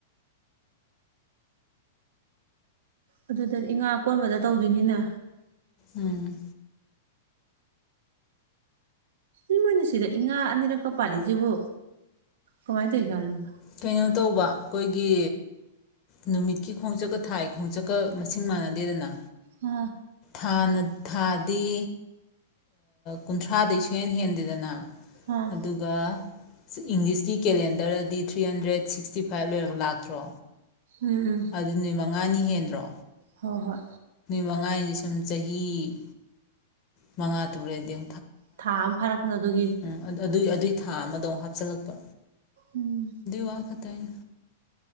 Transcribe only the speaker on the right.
ꯑꯗꯨꯗꯗꯤ ꯏ ꯉꯥ ꯀꯣꯟꯕꯗ ꯇꯧꯗꯣꯏꯅꯤꯅ
ꯏ ꯃꯣꯏꯅ ꯁꯤꯗ ꯏꯉꯥ ꯑꯅꯤꯔꯛꯀ ꯄꯥꯜꯂꯤꯏꯁꯤꯕꯨ ꯀꯃꯥꯏꯅ ꯇꯧꯏꯖꯠꯅꯣ
ꯎ
ꯑꯥ
ꯎꯝ ꯎꯝ
ꯍꯣꯏ ꯍꯣꯏ
ꯊ ꯑꯃ ꯐꯔꯛ ꯑꯗꯨ
ꯎꯝ